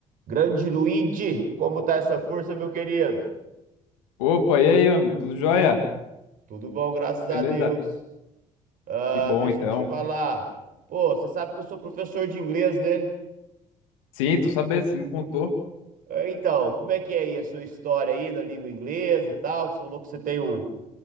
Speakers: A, on the right; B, on the left.
A: Grande Luigi, como tá essa força, meu querido?
B: Opa, e aí, meu amigo? Tudo jóia?
A: Tudo bom, graças
B: Beleza?
A: a Deus. Ah,
B: Que bom,
A: deixa
B: então.
A: eu te falar. Pô, você sabe que eu sou professor de inglês, né?
B: Sim, tô sabendo, você me contou.
A: Ah, Então, como é que é aí a sua história aí na língua inglesa e tal? Que você falou que você tem um-